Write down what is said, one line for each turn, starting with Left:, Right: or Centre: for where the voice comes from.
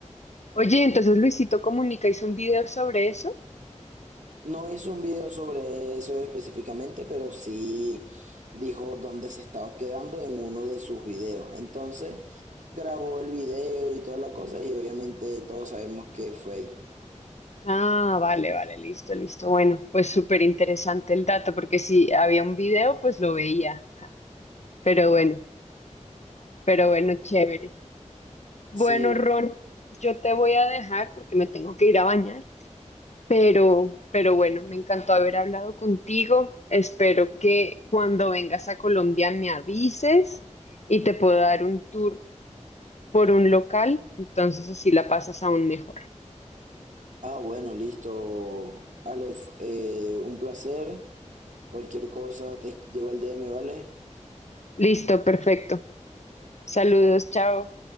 Left: Oye, entonces Luisito Comunica hizo un video sobre eso.
Right: No hizo un video sobre eso específicamente, pero sí dijo dónde se estaba quedando en uno de sus videos. Entonces grabó el video y toda la cosa y obviamente todos sabemos que fue ahí.
Left: Ah, vale, vale, listo, listo. Bueno, pues súper interesante el dato, porque si había un video, pues lo veía. <laughs> Pero bueno, pero bueno, chévere. Bueno,
Right: Sí,
Left: Ron, yo te voy a dejar porque me tengo que ir a bañar, pero, pero bueno, me encantó haber hablado contigo. Espero que cuando vengas a Colombia me avises y te puedo dar un tour por un local, entonces así la pasas aún mejor.
Right: ah, bueno, listo. Aleph, eh, un placer. Cualquier cosa te llevo al DM, ¿vale?
Left: Listo, perfecto. Saludos, chao.